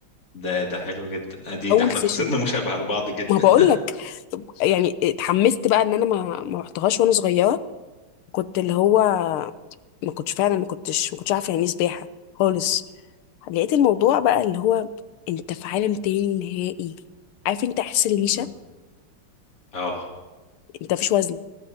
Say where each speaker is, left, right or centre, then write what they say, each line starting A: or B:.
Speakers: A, on the left (about 40°); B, on the left (about 80°).
A: ده ده حلو جدا ادي
B: اول
A: ده احنا
B: سيشن
A: قصتنا مشابهه لبعض جدا
B: ما بقول لك يعني اتحمست بقى ان انا ما ما رحتهاش وانا صغيره كنت اللي هو ما كنتش فعلا ما كنتش ما كنتش عارفه يعني ايه سباحه خالص
A: <laughs>
B: لقيت الموضوع بقى اللي هو انت في عالم تاني نهائي عارف انت احس الريشه
A: بالظبط اه
B: انت مفيش وزن